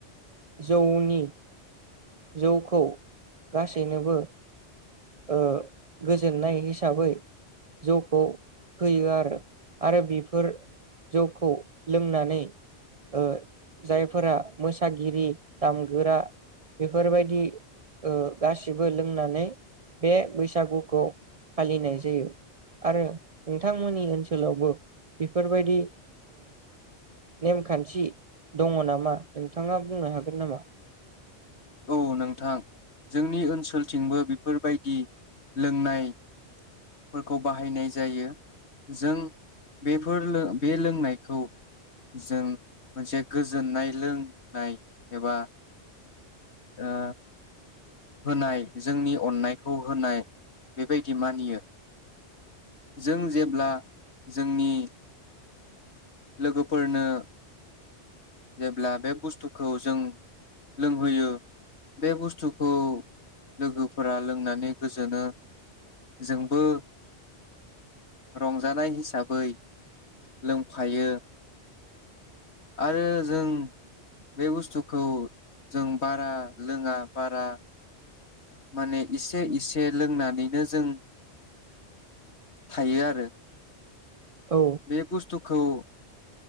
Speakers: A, on the right (about 50°); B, on the left (about 75°).
A: जौनि। जौखौ गासैनोबो ओ गोजोन्नाय हिसाबै जौखौ होयो आरो आरो बेफोर जौखौ लोंनानै ओ जायफोरा मोसागिरि दामगोरा बेफोरबायदि गासिबो लोंनानै बे बैसागुखौ फालिनाय जायो आरो नोंथांमोननि ओनसोलावबो ओ बेफोरबायदि नेमखान्थि दङ नामा? नोंथाङा बुंनो हागोन नामा?
B: औ नोंथां जोंनि ओनसोलथिंबो बिफोरबायदि लोंनायफोरखौ बाहायनाय जायो। जों बेफोर बे लोंनायखौ जों मोनसे गोजोननाय लोंनाय एबा ओ होनाय जोंनि अननायखौ होनाय बेबायदि मानियो जों जेब्ला जोंनि लोगोफोरनो जेब्ला बे बुस्थुखौ जों लोंहोयो बे बुस्थु खौ लोगोफोरा लोंनानै गोजोनो जोंबो रंजानाय हिसाबै लोंफायो। आरो जों बे बुस्थुखौ जों बारा लोङा बारा माने इसे इसे लोंनानैनो जों थायो आरो
A: औ
B: बे बुस्तुखौ